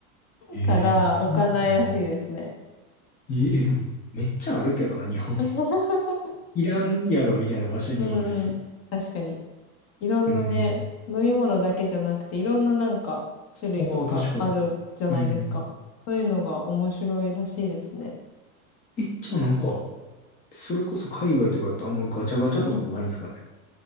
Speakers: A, on the left; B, on the left.
A: ええあ、
B: から置かないらしいですね。
A: そうなんやね。ええでも、めっちゃあるけどな、日本。
B: <laughs>
A: いらんやろ、みたいな場所にもあるし。
B: うんうん。確かに。いろんなね、
A: うん。
B: 飲み物だけじゃなくて、いろんななんか種類とかあるじゃないですか。
A: ああ、確かに。うん。
B: そういうのが面白いらしいですね。
A: え、じゃあなんか、それこそ海外とかだとあんまガチャガチャとかもないんですかね。
B: うんうん。